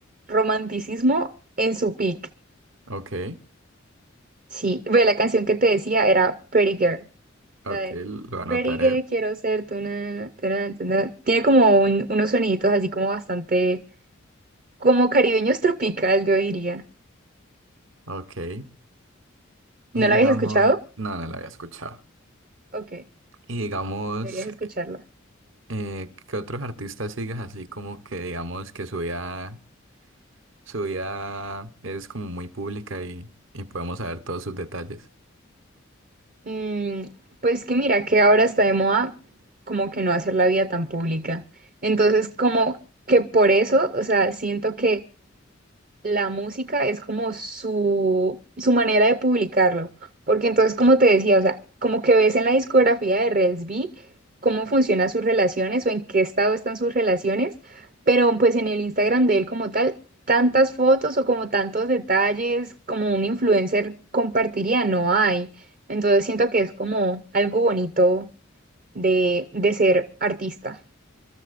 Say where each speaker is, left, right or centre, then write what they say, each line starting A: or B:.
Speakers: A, on the right; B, on the right.
A: romanticismo en su peak.
B: Ok,
A: Sí, ve, la canción que te decía era Pretty Girl, la
B: ok,
A: de
B: lo anotaré.
A: Pretty Girl, quiero ser tu na, tu na, tu na". Tiene como un- unos soniditos así como bastante, como caribeños tropical, yo diría.
B: Ok. Y
A: ¿No la
B: digamos,
A: habías escuchado?
B: no, no lo había escuchado.
A: Ok,
B: Y digamos,
A: deberías escucharla.
B: eh, ¿qué otros artistas sigues así como que digamos que subía Su vida es como muy pública y, y podemos saber todos sus detalles.
A: Mm, pues que mira, que ahora está de moda como que no hacer la vida tan pública. Entonces, como que por eso, o sea, siento que la música es como su, su manera de publicarlo. Porque entonces, como te decía, o sea, como que ves en la discografía de Rels B cómo funcionan sus relaciones o en qué estado están sus relaciones, pero pues en el Instagram de él como tal, tantas fotos o como tantos detalles como un influencer compartiría, no hay. Entonces siento que es como algo bonito de, de ser artista.